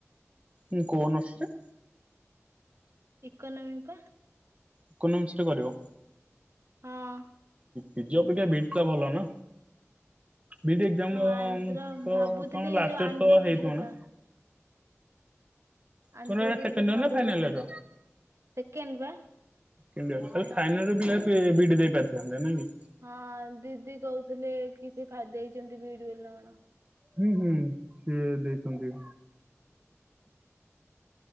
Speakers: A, on the right; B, on the right.
A: ହୁଁ କୋଉ ଅନରସରେ
B: ଇକୋନୋମିକ ପା
A: ଇକୋନୋମିକସ ରେ କରିବ?
B: ହଁ
A: ପିଜି ଅପେକ୍ଷା ବିଇଡ ଟା ଭଲ ନା। ବିଇଡି ଏଜାମ
B: ହଁ ଆନ୍ଧ୍ର
A: ତଣ
B: ଭାବୁଥିଲି
A: ଲାଷ୍ଟ
B: ଯୋଉ ଆନ୍ଧ୍ର
A: ଇୟର ତ
B: ବିଡି
A: ହେଇଥିବ
B: କଥା
A: ନା,
B: ଆନ୍ଧ୍ର
A: ତମର ଏଇଟା
B: ବିଇଡ
A: ସେକେଣ୍ଡ
B: କଥା
A: ଇୟର
B: ଭାବୁଥିଲି
A: ନା ଫାଇନାଲ ଇୟର?
B: ସେକେଣ୍ଡ ବା
A: କି ତାଲେ ଫାଇନାଲରେ ବି ବିଡି ଦେଇ ପାରିଥାନ୍ତ ନାଇଁକି।
B: ହଁ ଦିଦି କହୁଥିଲେ କିଛି ଫା ହେଇଛନ୍ତି ବିଡ ବୋଲି ନା କଣ
A: ହୁଁ ହୁଁ ସିଏ ଦେଇଛନ୍ତି।